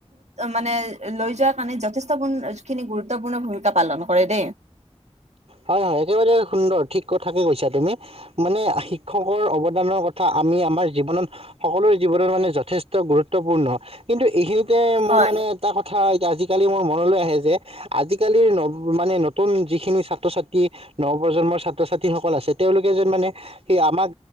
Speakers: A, on the right; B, on the right.
A: মানে- লৈ যোৱাৰ কাৰণে যথেষ্ট পূৰ্ণ খিনি গুৰুত্বপূৰ্ণ ভূমিকা পালন কৰে দেই।
B: হয় হয়। একেবাৰে সুন্দৰ ঠিক কথাকে কৈছা তুমি। মানে শিক্ষকৰ অৱদানৰ কথা- আমি আমাৰ জীৱনত সকলোৰে জীৱনত মানে যথেষ্ট গুৰুত্বপূৰ্ণ কিন্তু এইখিনিত- এ মোৰ
A: হয়
B: মানে এটা কথা- আজিকালি মোৰ মনলৈ আহে যে আজিকালিৰ মানে নতুন যিখিনি- ছাত্ৰ ছাত্ৰী নৱ প্ৰজন্মৰ ছাত্ৰ ছাত্ৰীসকল আছে। তেওঁলোকে যেন মানে সেই আমাক